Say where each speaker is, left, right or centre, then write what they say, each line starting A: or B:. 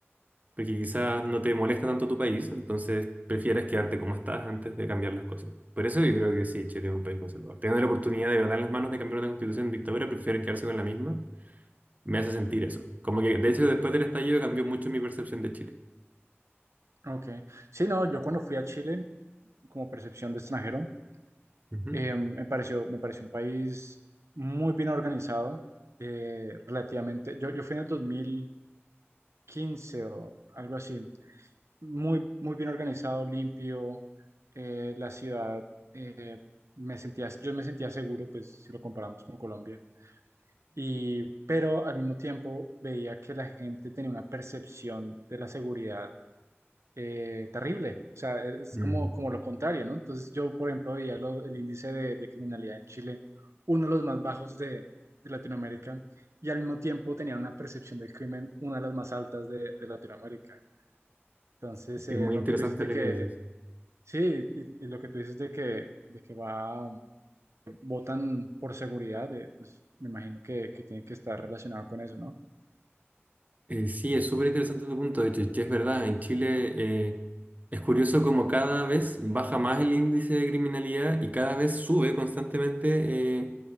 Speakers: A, on the right; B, on the right.
A: porque quizás no te molesta tanto tu país, entonces prefieres quedarte como estás antes de cambiar las cosas. Por eso yo creo que sí, Chile es un país conservador. Teniendo la oportunidad de verdad en las manos de cambiar una constitución en dictadura, prefieren quedarse con la misma. Me hace sentir eso. Como que, de hecho, después del estallido cambió mucho mi percepción de Chile.
B: ok. Sí, no, yo cuando fui a Chile, como percepción de extranjero,
A: Ujú.
B: eh, me pareció, me pareció un país muy bien organizado, eh, relativamente. Yo, yo fui en el dos mil quince o algo así, muy, muy bien organizado, limpio, eh, la ciudad, eh, me sentía, yo me sentía seguro, pues si lo comparamos con Colombia. Y, pero al mismo tiempo veía que la gente tenía una percepción de la seguridad eh, terrible. O sea, e, es
A: Mm.
B: como, como lo contrario, ¿no? Entonces yo, por ejemplo, veía lo- el índice de, de criminalidad en Chile, uno de los más bajos de, de Latinoamérica, y al mismo tiempo tenía una percepción del crimen, una de las más altas de, de Latinoamérica. Entonces,
A: Es
B: eh,
A: muy
B: lo
A: interesante
B: que tú dices de
A: lo
B: que,
A: que dices.
B: sí, y, y lo que tú dices de que, de que va, votan por seguridad, eh, pues me imagino que, que tiene que estar relacionado con eso, ¿no?
A: Eh, sí, es súper interesante tu punto, de hecho, que es verdad, en Chile eh, es curioso como cada vez baja más el índice de criminalidad y cada vez sube constantemente eh,